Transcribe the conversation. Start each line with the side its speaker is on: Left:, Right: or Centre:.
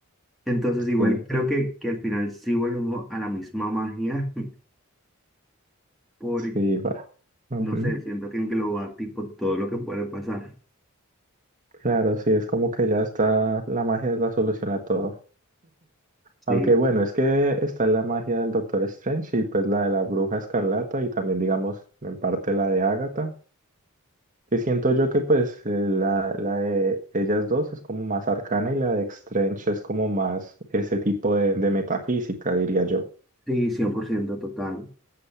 Centre: Entonces, igual
Right: Sí,
Centre: creo que, que al final sí volvemos a la misma magia, <laughs> por
Right: sí, va. Ujú.
Centre: no sé, siento que engloba tipo todo lo que puede pasar.
Right: Claro, sí, es como que ya está, la magia es la solución a todo.
Centre: Sí,
Right: Aunque bueno, es que está la magia del Doctor Strange y pues la de la Bruja Escarlata y también digamos en parte la de Agatha. Que siento yo que pues eh, la, la de ellas dos es como más arcana y la de Strange es como más ese tipo de, de metafísica, diría yo.
Centre: sí, 100% total.